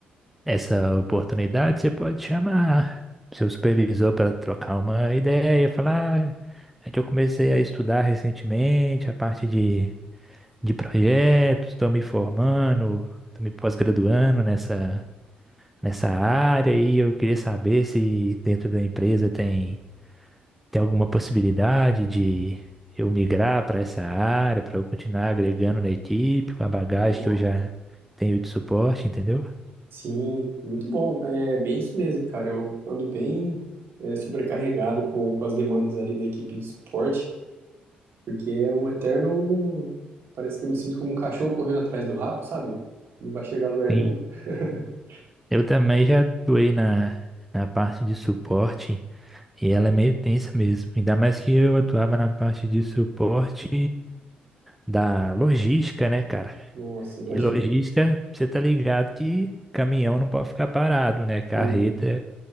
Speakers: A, in the centre; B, on the right.
A: essa oportunidade, você pode chamar seu supervisor para trocar uma ideia, falar, "Ah, é que eu comecei a estudar recentemente a parte de, de projetos, estou me formando, estou me pós-graduando nessa nessa área e eu queria saber se dentro da empresa tem, tem alguma possibilidade de eu migrar para essa área, para eu continuar agregando na equipe, com a bagagem
B: o-
A: que eu já tenho de suporte, entendeu?
B: Sim, muito bom. É bem isso mesmo, cara. Eu ando bem é, sobrecarregado com, com as demandas ali da equipe de suporte, porque é um eterno. Parece que eu me sinto como um cachorro correndo atrás do rabo, sabe? Não vai chegar a lugar nenhum.
A: Sim.
B: <laughs>
A: Eu também já atuei na, na parte de suporte e ela é meio tensa mesmo. Ainda mais que eu atuava na parte de suporte da logística, né, cara?
B: Nossa, imagina.
A: E logística, você tá ligado que caminhão não pode ficar parado, né? Carreta
B: Sim,